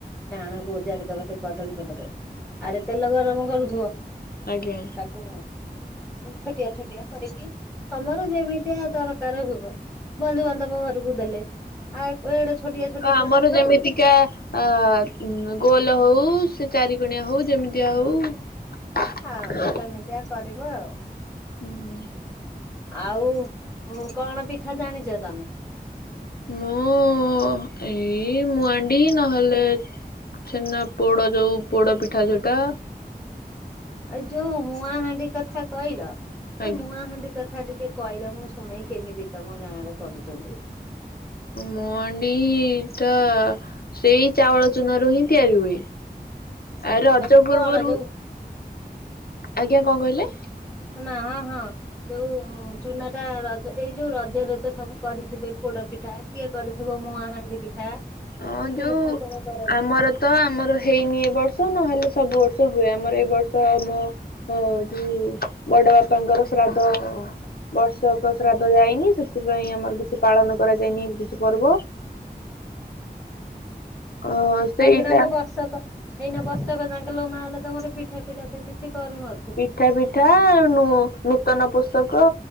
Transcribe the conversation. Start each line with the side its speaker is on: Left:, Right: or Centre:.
Centre: ଆଣକୁ ଓଜାରି ଦବ ସେଇ କଦଳୀ ପତ୍ରରେ, ଆଡେ ତେଲ ଗରମ କରୁଥିବ।
Left: ଆଜ୍ଞା।
Centre: ତାକୁ ଛୋଟିଆ ଛୋଟିଆ କରିକି ତମର ଯେମିତିକା ଦରକାର ହୋବ ବନ୍ଧୁବାନ୍ଧବ ଘରକୁ ଦେଲେ। ଆଉ ଏଡେ ଛୋଟିଆ ଛୋଟିଆ
Left: ଆମର
Centre: କରିକି ଦବ
Left: ଯେମିତିକା
Centre: କି
Left: ଆ ଗୋଲ ହଉ ସେ ଚାରିକଣିଆ ହଉ ଯେମିତି ତିଆ
Centre: ହଁ
Left: ହେଉ
Centre: ହଁ ସେମିତିଆ କରିବ ଆଉ।
Left: ହୁଁ ହୁଁ।
Centre: ଆଉ କଣ ପିଠା ଜାଣିଛ ତମେ?
Left: ମୁଁ ଏଇ ମୁଆଣ୍ଡି ନହେଲେ ଛେନା ପୋଡ଼ ଯୋଉଁ ପୋଡ଼ ପିଠା ଯୋଉଁଟା
Centre: ଆଉ ଯୋଉଁ ମୁଆଁହାଣ୍ଡି କଥା କହିଲ ସେ
Left: ଆଜ୍ଞା
Centre: ମୁଆଁହାଣ୍ଡି ସେ କଥା ଟିକେ କହିଲ ମୁଁ ଶୁଣେଇ କେମିତି ତମ ଗାଁ ରେ କରୁଛନ୍ତି?
Left: ମୁଆଁଣ୍ଡି ଟା ସେଇ ଚାଉଳ ଚୁନାରୁ ହିଁ ତିଆରି ହୁଏ,
Centre: ହଁ
Left: ଆଉ ରଜ
Centre: ତାକୁ
Left: ପୂର୍ବରୁ
Centre: କଣ ଯୋଉ
Left: ଆଜ୍ଞା କଣ କହିଲେ?
Centre: ନା ହଁ ଯୋଉଁ ଚୁନା ଟା ରଜ ଏଇ ଯୋଉଁ ରଜରେ ତ ସବୁ କରିଥିବେ ପୋଡ଼ ପିଠା କିଏ କରିଥିବ ମୁଆଁହାଣ୍ଡି ପିଠା?
Left: ହଁ
Centre: ଇଟିଲି
Left: ଯୋଉଁ
Centre: ଛାଞ୍ଚରେ କରନ୍ତି
Left: ଆମର ତ ଆମର ହେଇନି ଏ ବର୍ଷ ନହେଲେ ସବୁ ବର୍ଷ ହୁଏ ଆମର ଏ ବର୍ଷ ମୋ ହଁ ଯୋଉଁ ବଡ଼ ବାପାଙ୍କର ଶ୍ରାଦ୍ଧ ବର୍ଷକ ଶ୍ରାଦ୍ଧ ଯାଇନି ସେଥିପାଇଁ ଆମର କିଛି ପାଳନ କରାଯାଇନି କିଛି ପର୍ବ ଅ ସେଇଟା
Centre: ହେଇକିନା ତ ବର୍ଷକ ଏଇନା ବର୍ଷକ ଯାଙ୍କେଲୋ ମାଲୋ ତମର ପିଠା ଫିଠା ତ କିଛି କରୁନ
Left: ପିଠା ଫିଠା, ନୂତନ ପୋଷକ